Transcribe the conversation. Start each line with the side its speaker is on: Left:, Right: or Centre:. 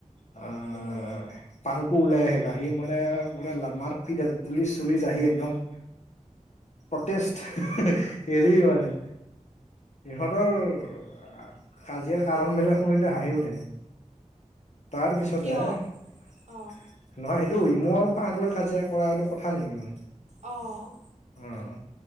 Left: অ'।
Right: উম
Left: অ', পাংকু ওলাই আহিল। আহি মানে পুৰা মাৰপিট আৰু পুলিচ চুলিচ আহি একদম। প্ৰটেষ্ট এৰি মানে। ইহঁতৰ কাজিয়াৰ কাৰণবিলাক শুনিলে হাঁহি উঠে। তাৰপিছতে,
Right: কিয়
Left: নহয়,
Right: অঁ
Left: সেইটো ইমৌ আৰু পাংক লৈ কাজিয়া কৰা এইটো কথা নেকি?
Right: অ'।
Left: অ',